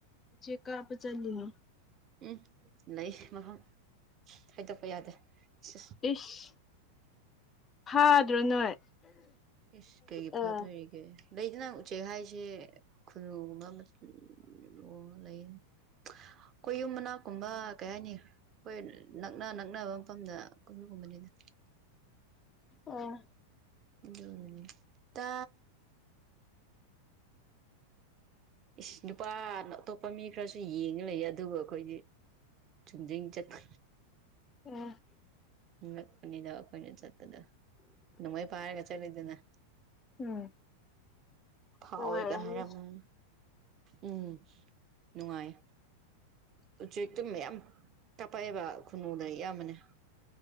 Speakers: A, on the left; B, on the right.
A: ꯎꯆꯦꯛ ꯀꯥꯞꯄ ꯆꯂꯤꯅꯣ꯫
B: ꯎꯝ ꯂꯩ ꯃꯐꯝ ꯍꯥꯏꯗꯣꯛꯄ ꯌꯥꯗꯦ ꯏꯁ
A: ꯏꯁ ꯐꯥꯗ꯭ꯔꯣ ꯅꯣꯏ
B: ꯏꯁ ꯀꯩꯒꯤ ꯐꯠꯇꯣꯏꯔꯤꯒꯦ
A: ꯑꯥ
B: ꯂꯩꯗ ꯎꯆꯦꯛ ꯍꯥꯏꯁꯦ ꯈꯨꯅꯨꯨꯒꯨꯝꯕ ꯑꯣ ꯂꯩꯌꯦ ꯑꯩꯈꯣꯏ ꯌꯨꯝ ꯃꯅꯥꯛꯀꯨꯝꯕ ꯀꯩ ꯍꯥꯏꯅꯤ ꯍꯣꯏ ꯅꯛꯅ ꯅꯛꯅꯕ ꯃꯐꯝꯗ ꯑꯒꯨꯝꯕꯅꯤꯗ
A: ꯑꯥ
B: ꯑꯗꯨꯒꯤꯅꯤꯇꯥ ꯏꯁ ꯅꯨꯄꯥꯅ ꯑꯇꯣꯞꯄ ꯃꯤ ꯈꯔꯁꯨ ꯌꯦꯡꯉ ꯂꯩꯌꯦ ꯑꯗꯨꯕꯨ ꯑꯩꯈꯣꯏꯗꯤ ꯆꯨꯝꯗꯔꯤꯡ ꯆꯠꯄ
A: ꯎꯝ
B: ꯉꯛꯄꯅꯤꯗ ꯑꯩꯈꯣꯏꯅ ꯆꯠꯄꯗꯣ ꯅꯣꯡꯃꯩ ꯄꯥꯏꯔꯒ ꯆꯠꯂꯤꯗꯅ
A: ꯎꯝ
B: ꯐꯥꯎꯋꯦꯒ
A: ꯅꯨꯡꯉꯥꯏꯔꯝꯅꯤ
B: ꯍꯥꯏꯔꯝꯃꯅꯤ ꯎꯝ ꯅꯨꯡꯉꯥꯏ ꯎꯆꯦꯛꯇꯨ ꯃꯌꯥꯝ ꯇꯄꯥꯏꯑꯕ ꯈꯨꯅꯨꯗ ꯑꯌꯥꯝꯕꯅꯦ